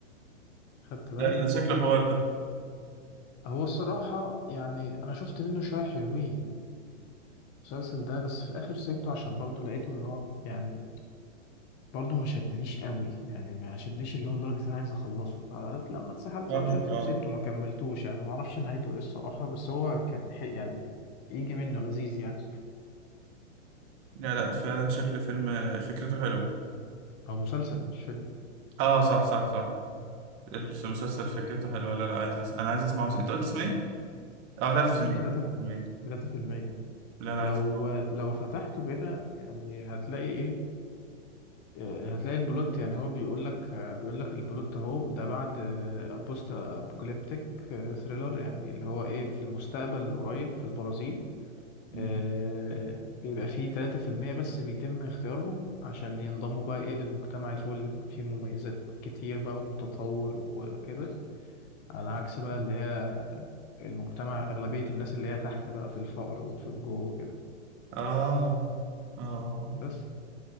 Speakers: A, on the left (about 30°); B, on the right (about 35°).
A: خدت بالك
B: لا ده شكله حوار ده
A: هو الصراحة يعني أنا شفت منه شوية حلوين المسلسل ده بس في الآخر سيبته عشان برضه لقيته اللي هو يعني برضه ما شدنيش قوي يعني ما شدنيش اللي هو لدرجة انا عايز اخلصه فلما اتسحلت
B: فاهمك
A: بقى وشايف
B: اه
A: وسبته ما كملتوش يعني ما اعرفش نهايته ايه الصراحة بس هو كان حق يعني يجي منه لذيذ يعني
B: لا لا فعلا شكل فيلم آه، فكرته حلوه
A: هو مسلسل مش فيلم
B: اه صح صح صح المسلسل فكرته حلوه لا لا عايز أس... انا عايز اسمعه انت قلت اسمه ايه؟ اه 3%
A: اسمه تلاتة
B: 3%
A: تلاتة في المية
B: لا لا
A: لو
B: عايز اسمعه
A: لو فتحته كده يعني هتلاقي ايه آه، هتلاقي البلوت يعني هو بيقول لك آه، بيقول لك البلوت اهو ده بعد بوست ابوكاليبتيك ثريلر يعني اللي هو ايه في المستقبل القريب في البرازيل
B: مم.
A: آه، بيبقى فيه تلاتة في المية بس بيتم اختيارهم عشان ينضموا بقى ايه للمجتمع اللي فوق اللي فيه مميزات كتير بقى ومتطور وكده على عكس بقى اللي هي المجتمع أغلبية الناس اللي هي تحت بقى في الفقر وفي الجوع وكده
B: اه اه
A: بس